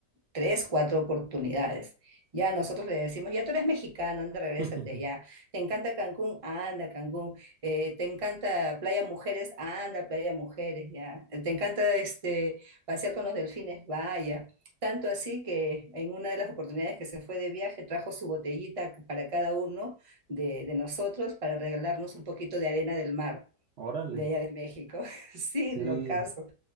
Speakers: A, on the right; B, on the right.
A: tres, cuatro oportunidades. Ya nosotros le decimos, ya tú eres mexicano, anda, regrésate
B: <laughs>
A: ya. ¿Te encanta Cancún? Anda, Cancún. Eh, ¿te encanta Playa Mujeres? Anda, Playa Mujeres, ya. Eh, ¿Te encanta este, pasear con los delfines? Vaya. Tanto así que en una de las oportunidades que se fue de viaje trajo su botellita para cada uno de, de nosotros para regalarnos un poquito de arena del mar
B: Órale.
A: de allá de México. <laughs> Sí,
B: Sí,
A: lo caso